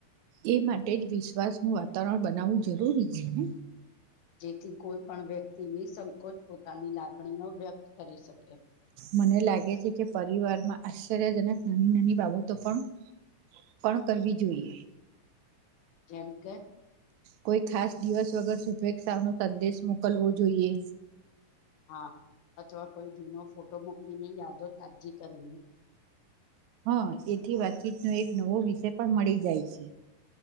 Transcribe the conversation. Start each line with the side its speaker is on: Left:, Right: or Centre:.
Right: એ માટે જ વિશ્વાસનું વાતાવરણ બનાવવું જરૂરી છે ને
Left: જેથી કોઈ પણ વ્યક્તિની સંકોચ પોતાની લાગણીઓ વ્યક્ત કરી શકે
Right: મને લાગે છે કે પરિવાર માં આશ્ચર્યજનક નાની નાની બાબતો પણ પણ કરવી જોઈએ
Left: જેમકે
Right: કોઈ ખાસ દિવસ વગર શુભેચ્છા નો સંદેશ મોકલવો જોઈએ
Left: હા અથવા કોઈ જૂનો ફોટો મોકલીને યાદો તાજી કરવી
Right: હા એથી વાતચીતનો એક નવો વિષય પણ મળી જાય છે